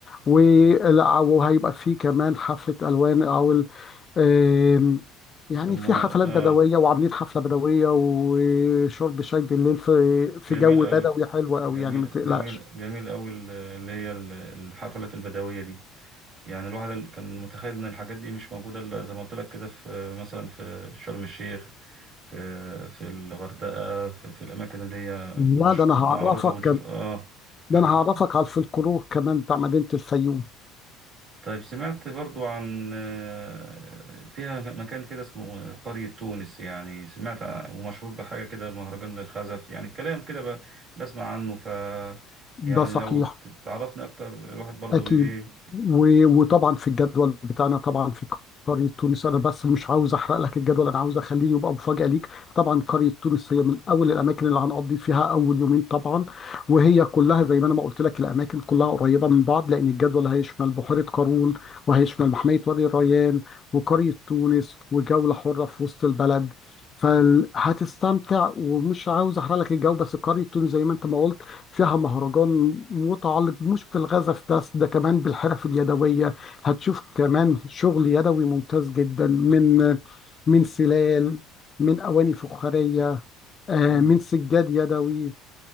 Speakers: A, on the left; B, on the right.
A: والع- وهيبقى فيه كمان حفلة ألوان أو ال- آم، يعني
B: بيسموها
A: في حفلات
B: اه
A: بدوية وعاملين حفلة بدوية وشرب شاي بالليل في في
B: جميل
A: جو
B: قوي
A: بدوي حلو قوي
B: جميل
A: يعني ما تقلقش
B: جميل جميل قوي اللي هي الحفلات البدوية دي يعني الواحد ال- كان متخيل ان الحاجات دي مش موجوده الا زي ما قلت لك كده في مثلا في شرم الشيخ في في الغردقه في, في الاماكن اللي هي
A: لا
B: مش
A: ده أنا
B: معروفه
A: هعرفك
B: وبنشوف
A: كم-
B: اه مش
A: ده أنا
B: متخ...
A: هعرفك على الفلكلور كمان بتاع مدينة الفيوم
B: طيب سمعت برضو عن آه، فيها مكان كده اسمه قرية تونس يعني سمعت ع- ومشهور بحاجة كده مهرجان للخزف يعني كلام كده ب... بسمع عنه ف
A: ده
B: يعني
A: صحيح
B: لو تعرفني أكتر الواحد برضو
A: أكيد
B: إيه
A: و- وطبعا في الجدول بتاعنا طبعا في قرية تونس أنا بس مش عاوز أحرق لك الجدول أنا عاوز أخليه يبقى مفاجأة ليك طبعا قرية تونس هي من أول الأماكن اللي هنقضي فيها أول يومين طبعا وهي كلها زي ما أنا ما قلت لك الأماكن كلها قريبة من بعض لأن الجدول هيشمل بحيرة قارون وهيشمل محمية وادي الريان وقرية تونس وجولة حرة في وسط البلد فهتستمتع ومش عاوز احرق لك الجو بس قرية تونس زي ما انت ما قلت فيها مهرجان متعلق مش بالغزف بس ده كمان بالحرف اليدوية هتشوف كمان شغل يدوي ممتاز جدا من من سلال من أواني فخارية آه،
B: مم.
A: من سجاد يدوي